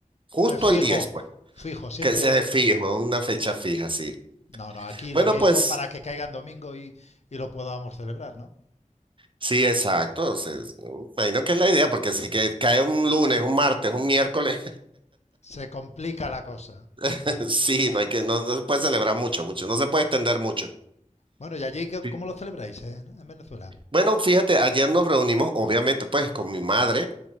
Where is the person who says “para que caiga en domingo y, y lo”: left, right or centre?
Left